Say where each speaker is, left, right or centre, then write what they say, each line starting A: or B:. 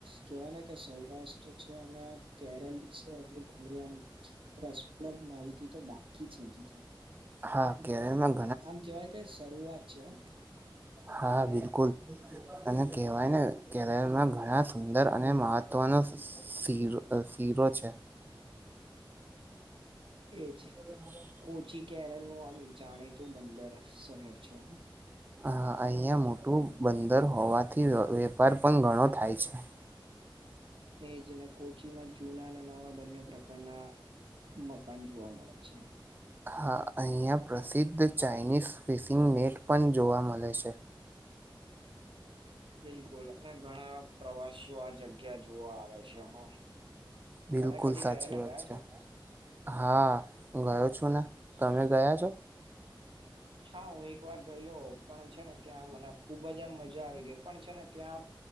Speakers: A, on the right (about 90°); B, on the right (about 25°).
A: કેવાય ને કે સૌરાષ્ટ્ર છે અને કેરલ છે. હજુ ઘણી આમ રસપ્રદ માહિતી તો બાકી છે હજી તો.
B: હા કેરમાં.
A: આમ કેવાય કે શરૂઆત છે હો.
B: હા બિલકુલ. અને કહેવાય ને કેરળમાં ઘણા સુંદર અને મહત્વનો. શીરો અ શીરો છે.
A: એ છે.
B: બ.
A: કોચી કેરલ નું આમ જાણીતું બંદર શહેર છે.
B: હા અહીંયા મોટું બંદર હોવાથી વે વેપાર પણ ઘણો થાય છે.
A: એજ અને કોચીમાં જૂના અને નવા બંને પ્રકારના. મકાન જોવા મળે છે.
B: હા અહીંયા પ્રસિદ્ધ ચાઇનીઝ ફિશિંગ નેટ પણ જોવા મળે છે.
A: બિલકુલ અને ઘણા પ્રવાસીઓ આ જગ્યા જોવા આવે છે હ.
B: બિલકુલ
A: તમે કદી
B: સાચી
A: કેરેલા
B: વાત
A: ગયા
B: છે.
A: છો.
B: હા હું ગયો છું ને તમે ગયા છો.
A: હા હું એક વાર ગયેલો પણ છે ને ત્યાં મને ખુબજ આમ મજા આવી ગઈ પણ છે ને ત્યાં.